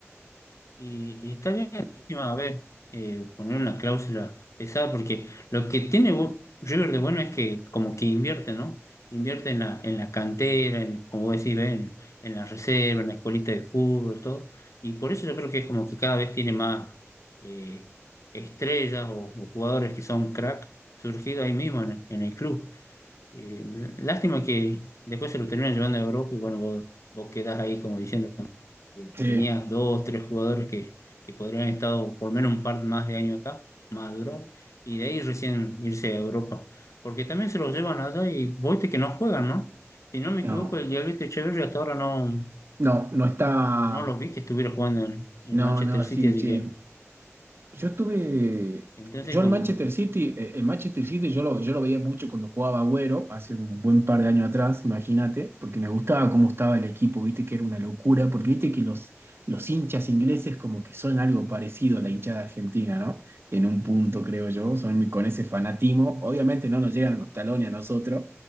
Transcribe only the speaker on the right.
Sí,
no,
no, no está.
No,
no,
sí,
che.
Yo estuve,
yo el
Manchester City, eh, el Manchester City yo lo, yo lo veía mucho cuando jugaba Agüero, hace un buen par de años atrás, imagínate, porque me gustaba cómo estaba el equipo, viste que era una locura, porque viste que los, los hinchas ingleses como que son algo parecido a la hinchada argentina, ¿no? En un punto, creo yo, son muy- con ese fanatismo, obviamente no nos llegan a los talones a nosotros,